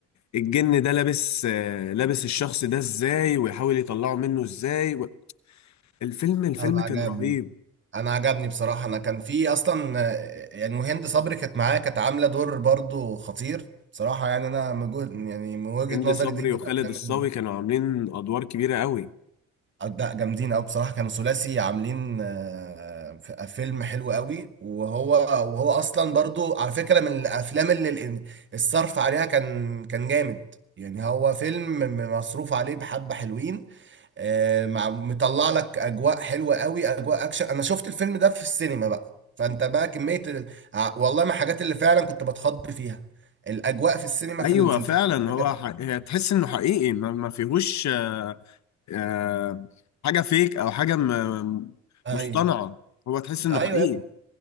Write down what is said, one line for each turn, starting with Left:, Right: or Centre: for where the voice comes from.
Left: الجن ده لابس آه، لابس الشخص ده ازاي ويحاول يطلعه منه ازاي و... الفيلم الفيلم
Right: انا عجبني
Left: كان رهيب
Right: انا عجبني بصراحه انا كان في اصلا آه، يعني وهند صبري كانت معايا كانت عامله دور برضو خطير بصراحه يعني انا من جو- يعني من وجهه
Left: هند
Right: نظري
Left: صبري
Right: دي من
Left: وخالد
Right: الافلام
Left: الصاوي
Right: ال-
Left: كانوا عاملين ادوار كبيره قوي
Right: لا جامدين قوي بصراحه كانوا ثلاثي عاملين آه، ف- فيلم حلو قوي وهو وهو اصلا برضو على فكره من الافلام اللي ال- الصرف عليها كان كان جامد يعني هو فيلم م- مصروف عليه بحبه حلوين آه، مع مطلع لك اجواء حلوه قوي اجواء اكشن انا شفت الفيلم ده في السينما بقى فانت بقى كميه ال... ع- والله من الحاجات اللي فعلا كنت بتخض فيها الاجواء في السينما في
Left: ايوه
Right: ال- في الفيلم
Left: فعلا
Right: ده
Left: هو
Right: كانت
Left: ح... هي تحس انه حقيقي ما, ما فيهوش آه، آه، حاجه فيك او حاجه م...
Right: ايوه
Left: مصطنعه هو تحس انه
Right: ايوه
Left: حقيقي
Right: يا ابني